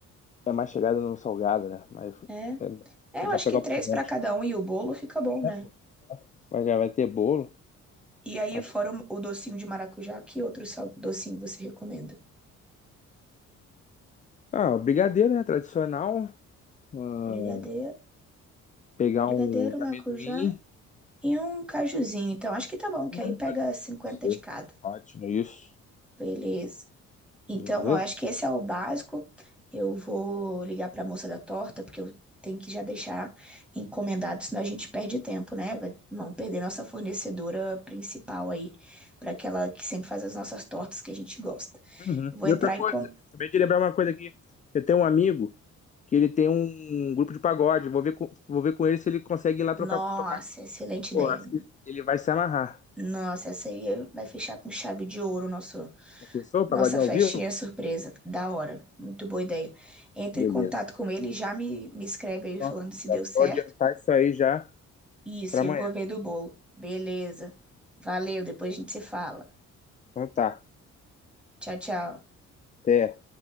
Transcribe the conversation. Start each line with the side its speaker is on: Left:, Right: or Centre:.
Left: é mais chegado no salgado, né? Mas
Centre: É.
Left: é, dá
Centre: É, eu
Left: pra
Centre: acho
Left: pegar
Centre: que três
Left: um pouco menos.
Centre: para cada um e o bolo fica bom,
Left: É,
Centre: né?
Left: pô. Mas já vai ter bolo,
Centre: E aí,
Left: acho.
Centre: fora o o docinho de maracujá, que outro sal- docinho você recomenda?
Left: Ah, o brigadeiro, né? Tradicional. Ah,
Centre: Brigadeiro,
Left: pegar
Centre: brigadeiro,
Left: um de
Centre: maracujá
Left: amendoim.
Centre: e um cajuzinho. Então, acho que tá bom, que
Left: Hum,
Centre: aí pega
Left: Pode ser,
Centre: 50
Left: pode ser.
Centre: de cada.
Left: Ótimo, isso.
Centre: Beleza. Então,
Left: Beleza.
Centre: eu acho que esse é o básico. Eu vou ligar para a moça da torta, porque eu tenho que já deixar encomendado, senão a gente perde tempo, né? Vai- Vamos perder nossa fornecedora principal aí, para aquela que sempre faz as nossas tortas que a gente gosta.
Left: Uhum.
Centre: Vou
Left: E
Centre: entrar
Left: outra coisa,
Centre: em contato.
Left: acabei de lembrar uma coisa aqui. Eu tenho um amigo que ele tem um um grupo de pagode. Vou ver com, vou ver com ele se ele consegue ir lá
Centre: Nossa,
Left: trocar, tocar.
Centre: excelente
Left: Pô,
Centre: ideia.
Left: acho que ele vai se amarrar.
Centre: Nossa, essa aí vai fechar com chave de ouro nosso,
Left: Já pensou?
Centre: nossa
Left: Pagodinho
Centre: festinha
Left: ao vivo?
Centre: surpresa. Da hora. Muito boa ideia. Entre
Left: Beleza.
Centre: em contato com ele e já me, me escreve
Left: Então,
Centre: aí falando
Left: Ó,
Centre: se
Left: Já
Centre: deu certo.
Left: vou adiantar isso aí já
Centre: Isso,
Left: pra amanhã.
Centre: eu vou ver do bolo. Beleza. Valeu, depois a gente se fala.
Left: Então tá.
Centre: Tchau, tchau.
Left: Até.